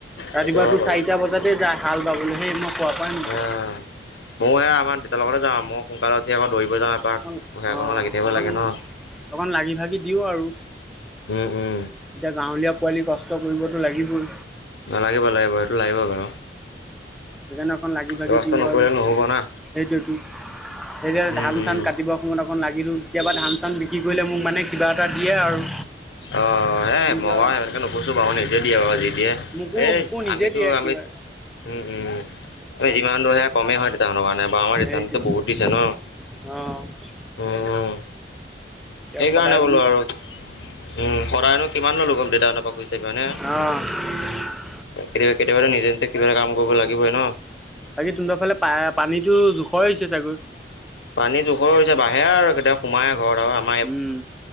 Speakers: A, in the centre; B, on the left.
A: ৰাতিপুৱা
B: সেইটো হয়
A: তোৰ
B: বাৰু
A: চাৰিটা বজাতে যাই হাল বাবলৈ। সেই মই শুৱাৰ পৰাই নুঠো।
B: আ ময়ো সেই আমাৰ দেউতাৰ লগতে যাওঁ, মই সোনকালে উঠি আকৌ দৌৰিব যাওঁ। বাক
A: অকণ
B: ককাইয়েকৰ
A: অ'
B: লগত লাগি থাকিব
A: অকণ
B: লাগে ন?
A: অকণ লাগি ভাগি দিওঁ আৰু।
B: উম, উম।
A: এতিয়া গাঁৱলীয়া পোৱালি কষ্ট কৰিবতো লাগিবই।
B: নালাগিব লাগিব সেইটো লাগিব বাৰু।
A: সেইকাৰণে অকণ লাগি ভাগি
B: এই কষ্ট
A: দিওঁ
B: নকৰিলে
A: আৰু
B: নহ'ব না
A: সেইটোৱেটো সেইকাৰণে
B: উম
A: ধান।
B: উম
A: ধান কাটিবৰ সময়ত অকণ লাগিলোঁ কেতিয়াবা ধান চান বিক্ৰী কৰিলে মোক মানে কিবা এটা দিয়ে আৰু।
B: অ এই
A: নিজৰ
B: মই বাৰু সেনেকৈ নোখোজো বাৰু নিজে দিয়ে বাৰু যি দিয়ে
A: মোকো
B: এই
A: মোকো নিজে
B: আমিতো
A: দিয়ে
B: আমি।
A: কিবা
B: উম উম উম তুমি যিমান দূৰ সেয়া কমেই হয় দেউতা সিহঁতৰ কাৰণে। বা
A: সেইটোৱেটো
B: আমাৰ দেউতাহঁতেতো বহুত দিছে ন
A: অ।
B: উম উম
A: এতিয়া
B: সেইকাৰণে
A: সদায়
B: বোলো আৰু উম সদায়নো কিমান দেউতাহঁতৰ পৰা খুজি থাকিব হয়নে।
A: অ।
B: কেতিয়াবা কেতিয়াবাটো নিজে নিজে কিবা এটা কাম কৰিব লাগিবই ন।
A: বাকী তোহতৰ ফালে পা পানীতো জোখৰ হৈছে চাগৈ।
B: পানী জোখৰ হৈছে বাঢ়েহে আৰু কেতিয়াবা সোমায়ে ঘৰত আৰু আম।
A: উম,